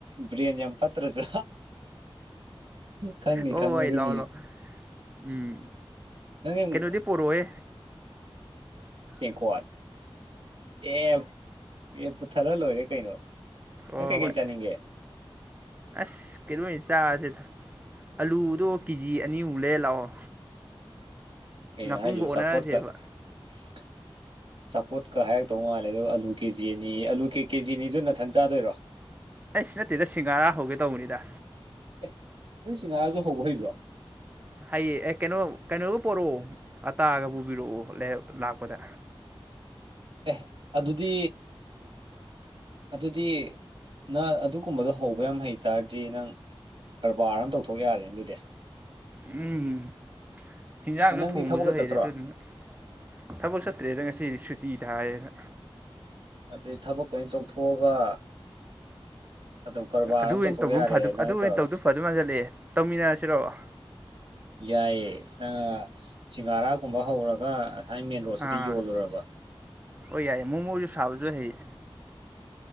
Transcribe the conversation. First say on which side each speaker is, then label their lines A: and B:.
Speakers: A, on the right (about 55°); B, on the right (about 15°).
A: ꯕꯤꯔꯌꯥꯅꯤ ꯌꯥꯝ ꯐꯠꯇ꯭ꯔꯁꯨ ꯈꯪꯅꯤ
B: ꯑꯣ
A: ꯈꯪꯅꯤ
B: ꯍꯣꯏ
A: ꯑꯗꯨꯒꯤ
B: ꯂꯥꯛꯑꯣ ꯂꯥꯛꯑꯣ ꯎꯝ
A: ꯅꯪ
B: ꯀꯩꯅꯣꯗꯤ ꯄꯣꯔꯛꯦ
A: ꯇꯦꯡꯀꯣꯋꯥꯠ ꯑꯦ ꯑꯦ ꯄꯨꯊꯔ ꯂꯣꯏꯔꯦ ꯀꯩꯅꯣ
B: ꯍꯣꯏ
A: ꯅꯪ ꯀꯩ
B: ꯍꯣꯏ
A: ꯀꯩ ꯆꯅꯤꯡꯦ
B: ꯑꯁ ꯀꯩꯅꯗꯣꯅꯤ ꯆꯥꯔꯁꯤꯗ ꯑꯂꯨꯗꯣ ꯀꯦ ꯖꯤ ꯑꯅꯤꯃꯨꯛ ꯂꯩꯔ ꯂꯥꯛꯑꯣ
A: ꯀꯩꯅꯣ
B: ꯉꯥꯄꯨ꯭ꯔꯝꯒ
A: ꯍꯥꯏꯁꯤꯕꯨ
B: ꯑꯣꯟꯅꯔꯁꯦꯕ
A: ꯆꯥꯄꯣꯠꯀ <unintelligible> ꯆꯆꯥꯄꯣꯠꯀ ꯍꯥꯏꯔꯛꯇꯧ ꯃꯥꯜꯂꯦ ꯑꯗ ꯑꯂꯨ ꯀꯦꯖꯤꯅꯤ ꯑꯂ ꯀꯦ ꯀꯦ ꯖꯤꯅꯤꯗꯨ ꯅꯥꯊꯟ ꯆꯥꯗꯣꯏꯔꯣ
B: ꯑꯩ ꯁꯤ ꯅꯠꯇꯦꯗ ꯁꯤꯡꯒꯥꯔꯥ ꯍꯧꯒꯦ ꯇꯧꯕꯅꯤꯗ
A: ꯑꯦ ꯅꯪꯁꯤꯡꯉꯛꯑꯒ ꯍꯧꯕ ꯍꯩꯕ꯭ꯔꯣ
B: ꯍꯌꯦ ꯑꯦ ꯀꯩꯅꯣ ꯀꯩꯅꯣꯕꯨ ꯄꯔꯛꯑꯣ ꯑꯇꯥꯑꯒ ꯄꯨꯕꯤꯔꯛꯑꯣ ꯂꯥꯛꯄꯗ
A: ꯑꯦ ꯑꯗꯨꯗꯤ ꯑꯗꯨꯗꯤ ꯅ ꯑꯗꯨ ꯀꯨꯝꯕꯗꯣ ꯍꯧꯕ ꯌꯥꯝ ꯍꯩꯇꯥꯥꯔꯗꯤ ꯅꯪ ꯀꯔꯕꯥꯔ ꯑꯃ ꯇꯧꯊꯣꯛ ꯌꯥꯔꯦꯅꯦ ꯑꯗꯨꯗꯤ
B: ꯎꯝ ꯍꯤꯟꯖꯥꯡꯁꯨ
A: ꯅꯪꯗꯤ
B: ꯊꯣꯡꯕꯁꯨ
A: ꯊꯕꯛꯀ
B: ꯍꯩꯔꯦ
A: ꯆꯠꯇ꯭ꯔꯣ
B: ꯑꯗꯨꯗꯨꯅ ꯊꯕꯛ ꯆꯠꯇ꯭ꯔꯦꯗ ꯉꯁꯤꯗꯤ ꯁꯨꯇꯤꯗ ꯍꯥꯏꯔꯌꯦꯅ
A: ꯑꯗꯩ ꯊꯕꯛ ꯀ ꯑꯣꯏꯅ ꯇꯧꯊꯣꯛꯑꯒ ꯑꯗꯨꯝ ꯀꯔꯕꯥꯔ
B: ꯑꯗꯨ
A: ꯑꯃ
B: ꯑꯣꯏꯅ
A: ꯇꯧꯊꯣꯛ
B: ꯇꯧꯕ
A: ꯌꯥꯔꯦ
B: ꯐ
A: ꯅꯪ
B: ꯑꯗꯨ ꯑꯣꯏꯅ
A: ꯇꯧꯔꯒ
B: ꯇꯧꯗꯨ ꯐ ꯑꯗꯨ ꯃꯟꯖꯜꯂꯛꯑꯦ ꯇꯧꯃꯤꯟꯅꯔꯁꯤꯔꯛꯑꯣ
A: ꯌꯥꯏꯌꯦ <unintelligible> ꯁꯤꯡꯍꯥꯔꯥꯒꯨꯝꯕ ꯍꯧꯔꯒ ꯑꯁꯥꯏ ꯃꯦꯟ ꯔꯣꯗꯁꯤꯗ
B: ꯑꯥ
A: ꯌꯣꯜꯂꯨꯔꯕ
B: ꯍꯣꯏ ꯌꯥꯏꯌꯦ ꯃꯣꯃꯣꯁꯨ ꯁꯥꯕꯁꯨ ꯍꯌꯦ